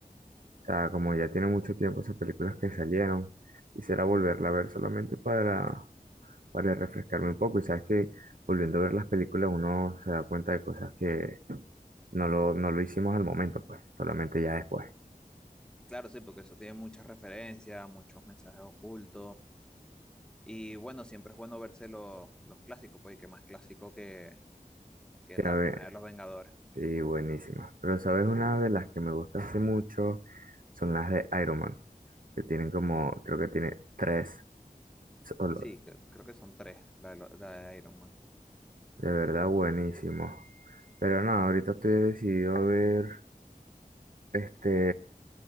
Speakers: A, on the right (about 65°); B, in the centre.
A: O sea, como ya tiene mucho tiempo esas películas que salieron, quisiera volverla a ver solamente para, para refrescarme un poco. Y sabes que volviendo a ver las películas uno se da cuenta de cosas que no lo, no lo hicimos al momento, pues, solamente ya después.
B: Claro, sí, porque eso tiene muchas referencias, muchos mensajes ocultos. Y bueno, siempre es bueno verse lo- los clásicos, porque qué más clásico que, que
A: Ya
B: la
A: ve-
B: primera de los Vengadores.
A: Y buenísima. Pero sabes, una de las que me gusta hace mucho son las de Iron Man, que tienen como, creo que tiene tres solos.
B: Sí, que- creo que son tres, la de, lo- la de Iron Man.
A: De verdad, buenísimo. Pero no, ahorita estoy decidido a ver. Este,